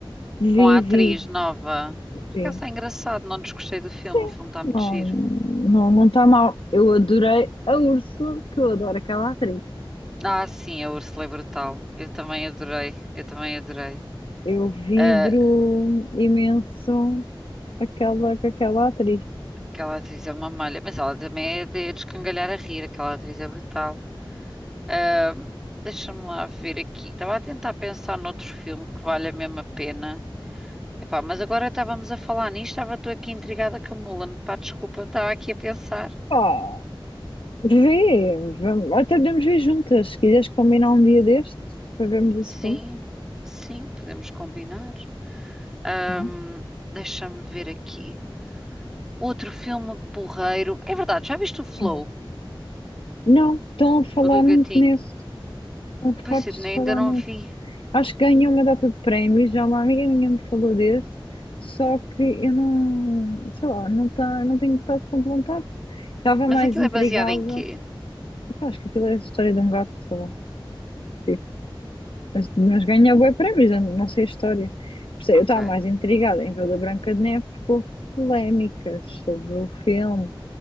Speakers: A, on the left; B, in the centre.
A: Vivi.
B: com a atriz nova? Por
A: Sim,
B: acaso está engraçado, não desgostei do filme.
A: sim,
B: O filme está
A: não,
B: muito giro.
A: não, não está mal. Eu adorei a Úrsula, porque eu adoro aquela atriz.
B: Ah, sim, a Úrsula é brutal. Eu também adorei. Eu também adorei.
A: Eu vibro
B: Ah,
A: imenso aquela, com aquela atriz.
B: Aquela atriz é uma malha, mas ela também é de descangalhar a rir, aquela atriz é brutal. Ahm, deixa-me lá ver aqui. Estava a tentar pensar noutro filme que vale a mesma pena. Epá, mas agora estávamos a falar nisto, estava tu aqui intrigada com a Mulan. Pá, desculpa, eu estava aqui a pensar.
A: Pá, vê, vamos, até podemos ver juntas, se quiseres combinar um dia destes para vermos esse
B: Sim,
A: filme,
B: sim, podemos combinar. Ahm,
A: não é?
B: deixa-me ver aqui. Outro filme porreiro. É verdade, já viste o Flow?
A: Para Não, Não, estão a falar
B: O do gatinho?
A: muito nisso. Estão
B: Pois,
A: fartos
B: Sidney,
A: de falar
B: ainda não
A: nisso.
B: vi.
A: Acho que ganhou uma data de prémios, já uma amiga minha me falou desse, só que eu não, sei lá, não, tá, não tenho estado com vontade. Estava
B: Mas
A: mais
B: aquilo
A: intrigada.
B: é baseado em quê?
A: Pá, acho que aquilo é a história de um gato, sei lá. Sim. Mas, mas ganhou bué prémios, eu não sei a história. Por isso é,
B: Ok.
A: Eu estava mais intrigada em ver da Branca de Neve porque houve polémicas sobre o filme.